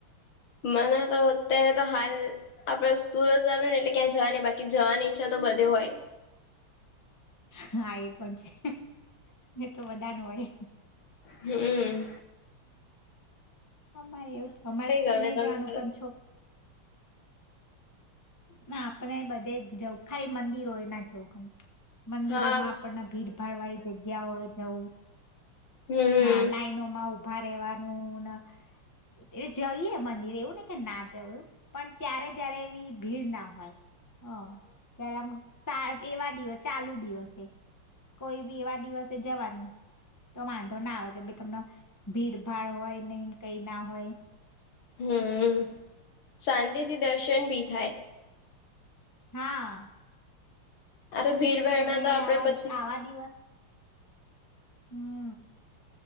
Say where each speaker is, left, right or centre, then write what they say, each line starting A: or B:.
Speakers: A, on the left; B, on the left.
A: મને તો અત્યારે તો હાલ આપડે સ્કૂલો ચાલેને એટલે ક્યાં જવા ન બાકી જવાની ઈચ્છા તો બધે હોય
B: હા એ પણ છે. એ તો બધા ન હોય હમ
A: હમ્મ.
B: અમારે એવું થ અમારે સ્કૂલ
A: ગમે
B: નઈ
A: તમારે
B: જવાનું પણ છોક ના આપણે બધે જવું ખાઈ મંદિરો એ ના જવું ગમે મંદિરોમાં
A: હા
B: આપણને ભીડભાડ વાળી જગ્યાઓ જવું
A: હમ
B: હા લાઈનોમાં ઉભા રહેેવાનું ને એટ જઈએ મંદિર એવું ને કે ના જવું એવું પણ ત્યારે જયારે એવી ભીડ ના હોય હ જ્યારે આમ એવા દિવસ ચાલુ દિવસે કોઈ બી એવા દિવસે જવાનું તો વાંધો ના આવે કે ભાઈ તમને ભીડ ભાડ હોય નઈ કઈ ના હોય
A: હમ શાંતિથી દર્શન બી થાય
B: હા
A: આ
B: બાકી
A: ભીડભાડમાં
B: તો તમે
A: તો આપડે
B: આવા
A: પછી
B: આવા દિવસ હમ
A: હમ